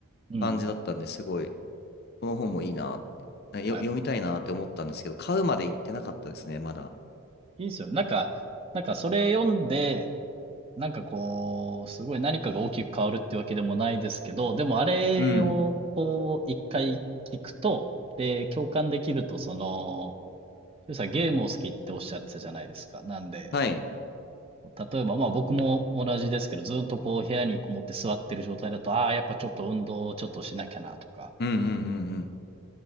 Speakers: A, on the right; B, on the left.
A: うん。
B: 感じだったんですごい、この本もいいなって、あよ、
A: はい。
B: 読みたいなって思ったんですけど、買うまで行ってなかったですね、まだ。
A: いいですよね。なんか、なんかそれ読んで、なんかこう、すごい何かが大きく変わるってわけでもないですけど、でもあれをこう、
B: うん。
A: 一回聞くと、で、共感できると、その、しゅうさんゲームを好きっておっしゃってたじゃないですか。なんで、
B: はい。
A: 例えば、まあ僕も同じですけど、ずっとこう部屋にこもって座ってる状態だと、ああ、やっぱちょっと運動をちょっとしなきゃなとか、
B: うんうんうんうん。